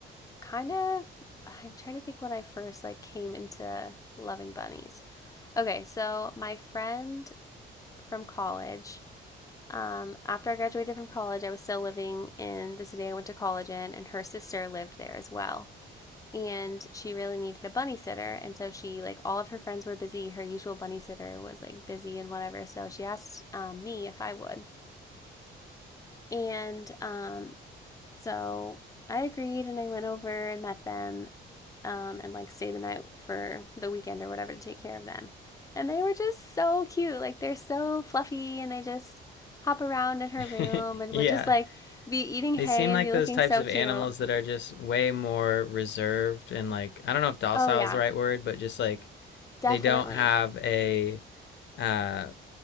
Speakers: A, on the left; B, on the left.
A: kind of I'm trying to think when I first like came into loving bunnies. Okay, so my friend from college, um, after I graduated from college, I was still living in the city I went to college in, and her sister lived there as well. and she really needed a bunny sitter and so she like all of her friends were busy her usual bunny sitter was like busy and whatever so she asked um, me if i would and um, so i agreed and i went over and met them um, and like stayed the night for the weekend or whatever to take care of them and they were just so cute like they're so fluffy and they just hop around in her
B: Mm.
A: room and
B: <laughs> Yeah.
A: would just like be eating
B: They
A: hay
B: seem like
A: and be
B: those
A: looking
B: types
A: so
B: of
A: cute
B: animals that are just way more reserved and like I don't know if docile
A: oh yeah
B: is the right word, but just like
A: definitely
B: they don't have a uh